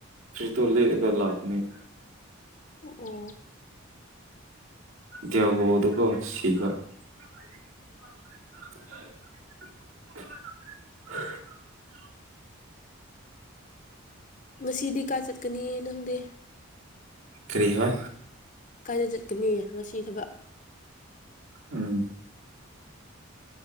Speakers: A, on the right; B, on the left.
A: ꯐꯨꯔꯤꯇꯣ ꯂꯤꯠꯔꯒ ꯂꯥꯛ <unintelligible>
B: ꯑꯣ
A: ꯗꯤꯌꯥ ꯒꫭ ꯗꯨꯀꯣ ꯁꯤꯕꯥ <unintelligible>
B: ꯉꯁꯤꯗꯤ ꯀꯥꯏ ꯆꯠꯀꯅꯤ ꯅꯪꯗꯤ
A: ꯀꯔꯤ ꯍꯥꯏꯕ
B: ꯀꯥꯏꯗ ꯆꯠꯀꯅꯤ ꯉꯁꯤ ꯍꯥꯏꯕ
A: ꯎꯝꯝ